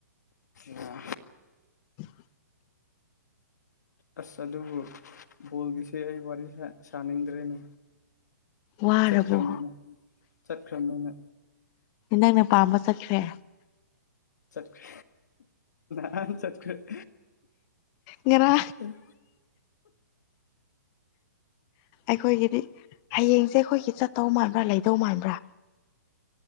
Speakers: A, on the left; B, on the left.
A: ꯌꯥ
B: <unintelligible>
A: ꯑꯁ ꯑꯗꯨꯕꯨ ꯕꯣꯜꯒꯤꯁꯦ ꯑꯩ ꯋꯥꯔꯤ ꯁꯥꯅꯤꯡꯗ꯭ꯔꯦꯅꯦ
B: ꯋꯥꯔꯕꯣ
A: ꯆꯠꯈꯔꯅ ꯆꯠꯈꯔꯅ
B: ꯅꯪꯅ ꯄꯥꯝꯕ ꯆꯠꯈ꯭ꯔꯦ
A: ꯆꯠꯀ ꯍꯥꯟ ꯆꯠꯀꯔꯤ
B: ꯌꯦꯔ
A: ꯎꯝ
B: ꯑꯩꯈꯣꯏꯒꯤꯗꯤ ꯍꯌꯦꯡꯁꯦ ꯑꯩꯈꯣꯏꯒꯤ ꯆꯠꯇꯧ ꯃꯥꯟꯕ꯭ꯔꯥ ꯂꯩꯗꯧ ꯃꯥꯟꯕ꯭ꯔꯥ